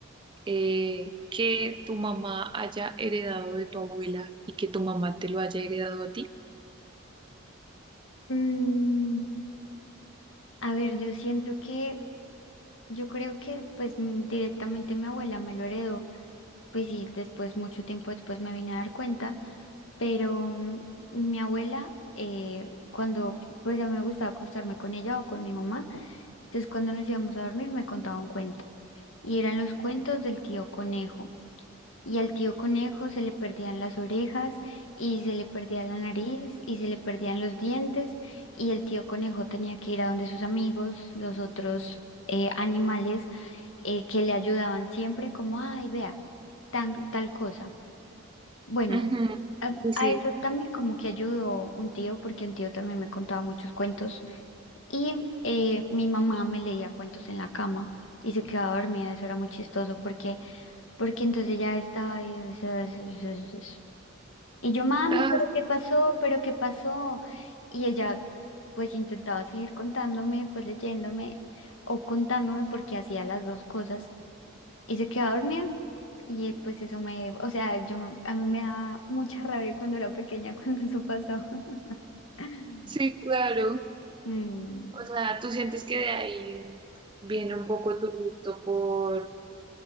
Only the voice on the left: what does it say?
Mm, a ver, yo siento que, yo creo que pues mm, directamente mi abuela me lo heredó, pues sí, después, mucho tiempo después me vine a dar cuenta, pero mm, mi abuela, eh, cuando pues a mí me gustaba acostarme con ella o con mi mamá, entonces cuando nos íbamos a dormir me contaba un cuento y eran los cuentos del tío conejo. Y al tío conejo se le perdían las orejas y se le perdía la nariz y se le perdían los dientes y el tío conejo tenía que ir a donde sus amigos, los otros eh, animales eh, que le ayudaban siempre como, ay, vea, tan, tal cosa. Bueno,
a,
a
eso también como que ayudó un tío porque un tío también me contaba muchos cuentos y eh, mi mamá me leía cuentos en la cama y se quedaba dormida. Eso era muy chistoso porque porque entonces ya estaba ahí, o sea, s- s- s- s- y yo, mami,
pero ¿qué pasó? ¿Pero qué pasó? Y ella, pues intentaba seguir contándome, pues leyéndome o contándome porque hacía las dos cosas y se quedaba dormida. Y eh, pues eso me, o sea, yo, a mí me daba mucha rabia cuando era pequeña, <laughs> cuando eso pasaba. <laughs>
Mm,